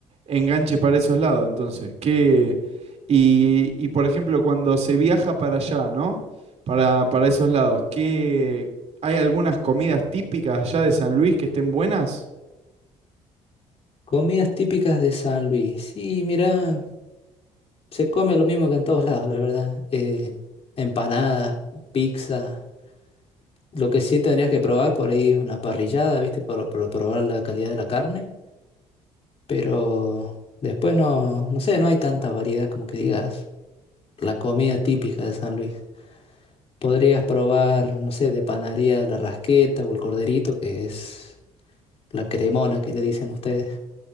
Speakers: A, on the right (about 55°); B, on the left (about 50°).
A: Enganche para esos lados, entonces. qué y, y, por ejemplo, cuando se viaja para allá, ¿no? Para, para esos lados, ¿qué, ¿hay algunas comidas típicas allá de San Luis que estén buenas?
B: Comidas típicas de San Luis. Y mira, se come lo mismo que en todos lados, la verdad. Eh, empanadas, pizza. Lo que sí tendrías que probar por ahí es una parrillada, viste, para para probar la calidad de la carne. pero después no, no sé, no hay tanta variedad como que digas la comida típica de San Luis. Podrías probar, no sé, de panadería la rasqueta o el corderito, que es la cremona que le dicen ustedes.